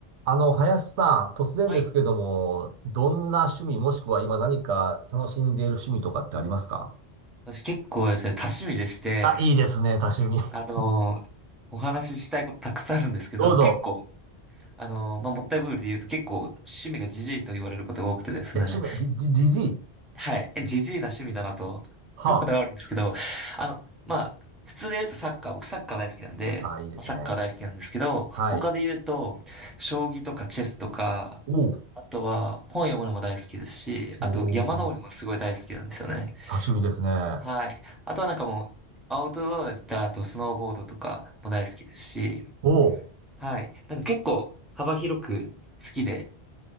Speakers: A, on the right; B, in the centre.
A: あの、林さん、突然ですけども、
B: はい。
A: どんな趣味もしくは今何か楽しんでいる趣味とかってありますか
B: 私結構ですね、多趣味でして、
A: あ、いいですね、多趣味。
B: あのーお話ししたいことたくさんあるんですけど、
A: <laughs> どうぞ。
B: 結構、あのーまあ、もったいぶりで言うと結構趣味がジジイと言われることが多くてですね、
A: え、趣味、じ、じ、じじい
B: はい。えジジイな趣味だなと、
A: は
B: <laughs> こだわるんですけど、あの、まあ、普通で言うとサッカー、僕サッカー大好きなんで、
A: あ。あ、いいですね。
B: まあサッカー大好きなんですけど、
A: はい。
B: 他で言うと、将棋とかチェスとか、
A: おう。
B: あとは本読むのも大好きですし、
A: おー
B: あと山登りもすごい大好きなんですよね。
A: 多趣味ですね。あ、
B: はい。あとはなんかもう、アウトドアだったら、あとスノーボードとかも大好きですし、
A: おう。
B: はい。なんか結構幅広く好きで、